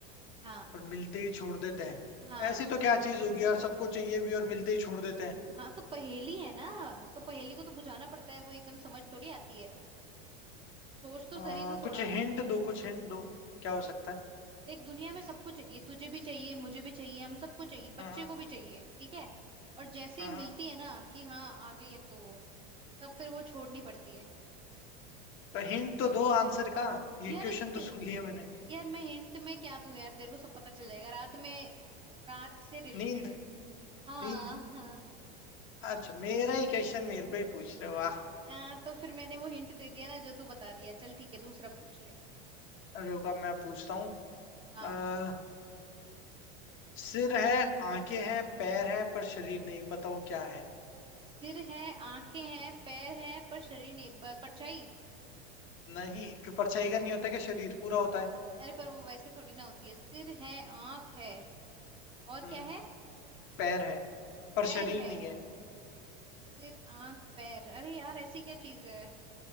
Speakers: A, on the right; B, on the left.
A: हाँ
B: पर मिलते ही छोड़ देते हैं
A: हाँ
B: ऐसी तो क्या चीज होगी यार सबको चाहिए भी और मिलते ही छोड़ देते हैं
A: हाँ तो पहेली है ना तो पहेली को तो बुझाना पड़ता है वो एकदम समझ थोड़ी आती है सोच तो
B: अ,
A: सही तो थोड़ा
B: कुछ हिंट दो कुछ हिंट दो क्या हो सकता है
A: देख दुनिया में सबको चाहिए तुझे भी चाहिए मुझे भी चाहिए हम सबको चाहिए
B: हम्म
A: बच्चे को भी चाहिए ठीक है और जैसे
B: हम्म
A: ही मिलती है ना कि हाँ आ गई अब तो वो तब फिर वो छोड़नी पड़ती है
B: तो हिंट तो दो आंसर का ये
A: यार
B: क्वेश्चन
A: इसके
B: तो सुन लिया मैंने
A: यार मैं हिंट में क्या दूं यार तेरे को सब पता चल जाएगा रात में रात से रिलेटेड
B: नींद
A: है हाँ
B: नींद
A: हाँ
B: अच्छा मेरा ही क्वेश्चन मेरे को ही पूछ रहे हो वाह
A: आ, तो फिर मैंने वो हिंट दे दिया ना जो तू बता दिया चल ठीक है दूसरा पूछ ले
B: रुको अब मैं पूछता हूँ
A: हाँ
B: अ, सिर है आंखें हैं पैर है पर शरीर नहीं बताओ क्या है
A: सिर है आंखें हैं पैर है पर शरीर नहीं ब- परछाई
B: नहीं क्यों परछाई का नहीं होता क्या शरीर पूरा होता है
A: अरे पर वो वैसे थोड़ी ना होती है सिर है आंख है और
B: हम्म,
A: क्या है
B: पैर है पर
A: पैर
B: शरीर
A: है
B: नहीं है
A: सिर आंख पैर अरे यार ऐसी क्या चीज है